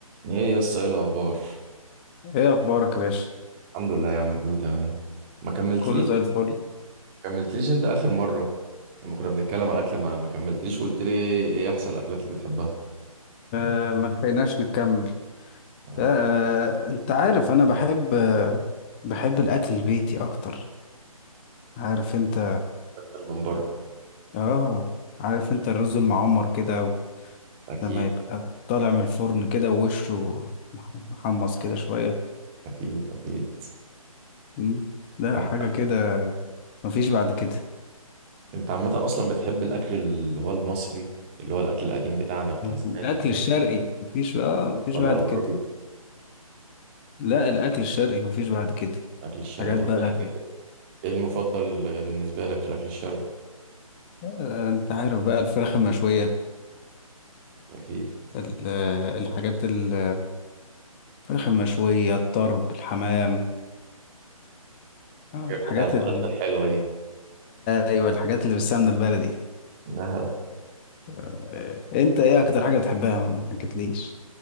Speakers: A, on the right; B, on the left.
A: ايه يا اسطى ايه الاخبار
B: ايه اخبارك يا باشا
A: الحمد لله يا عم كله تمام ما كملتليش
B: كله زي الفل
A: ما كملتليش انت اخر مره لما كنا بنتكلم على الاكل ما ما كملتليش وقلت لي ايه إيه احسن الاكلات اللي بتحبها
B: آه ما لحقناش نكمل
A: آه،
B: آه آه، انت عارف انا بحب آه بحب الاكل البيتي اكتر عارف انت
A: اكتر من بره
B: اه عارف انت الرز المعمر كده
A: اكيد
B: لما يبقى طالع من الفرن كده ووشه مح- محمص كده شوية
A: اكيد اكيد
B: مم. ده
A: انت
B: حاجة كده مفيش بعد كده
A: أنت عامه اصلا بتحب الاكل اللي هو المصري اللي هو الاكل القديم بتاعنا بتاع
B: الأكل
A: زمان
B: الشرقي مفيش اه مفيش
A: ولا
B: بعد
A: الغربي
B: كده لا الأكل الشرقي مفيش بعد كده
A: الاكل الشرقي
B: حاجات
A: طب
B: بقى
A: ايه الحاجات ايه المفضل بالنسبه لك في الاكل الشرقي
B: آه، انت عارف بقى الفراخ المشوية
A: اكيد
B: ال- الحاجات ال- الفراخ المشوية الطرب الحمام
A: الحاجات
B: الحاجات
A: بتاع بلدنا
B: ال...
A: الحلوه دي
B: ايوه الحاجات اللي بالسمنة البلدي
A: <laughs> آه.
B: آه، انت ايه اكتر حاجة بتحبها ما حكيتليش